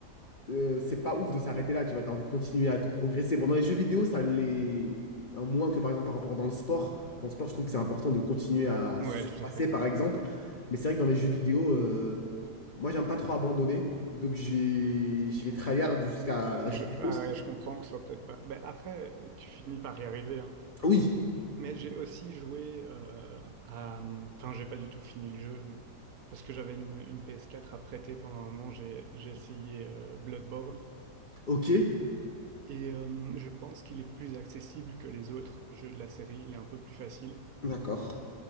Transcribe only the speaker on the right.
ouais,
tout à fait.
Je,
ah ouais, je comprends que ce soit peut-être pas. Ben, après, tu finis par y arriver. hein.
Mais j'ai aussi joué euh, à. Enfin, j'ai pas du tout fini le jeu, mais- parce que j'avais une, une PS4 à prêter pendant un moment. J'ai j'ai essayé euh, Bloodborne.
Et euh, je pense qu'il est plus accessible que les autres jeux de la série. Il est un peu plus facile.